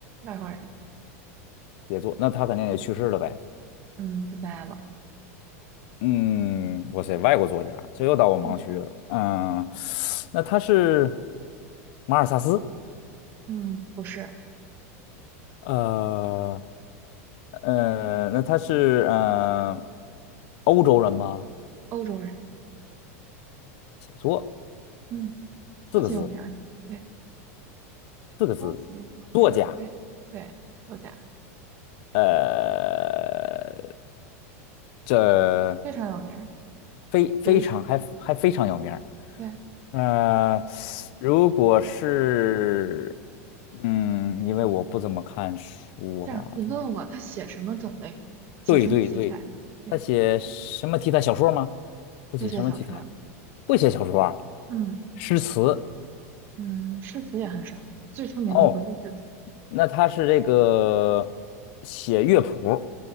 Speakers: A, on the right; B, on the left.
A: 外国人，
B: 写作。那他肯定也去世了呗。
A: 嗯，不在了，
B: 嗯，哇塞，外国作家，这又到我盲区了。
A: 嗯
B: 嗯，那他是马尔萨斯？
A: 嗯，不是
B: 呃呃，那他是呃欧洲人吗？
A: 欧洲人，
B: 写作
A: 嗯，超级有名儿，
B: 四个字，
A: 对，
B: 四个字，
A: 超级有名儿，
B: 作家。
A: 对对，作家
B: 呃，这
A: 非常有名儿，
B: 非非常还还非常有名儿。
A: 比如说，对，
B: 呃，如果是，嗯，因为我不怎么看书啊，
A: 这样你问我他写什么种类，
B: 他
A: 写什么题材。
B: 对对对，
A: 对。
B: 他写什么题材小说吗？他写什么题材？
A: 就写小说儿
B: 不写小说啊，
A: 嗯
B: 诗词
A: 嗯，诗词也很少，最出名的不是诗词，
B: 哦。那他是这个写乐谱，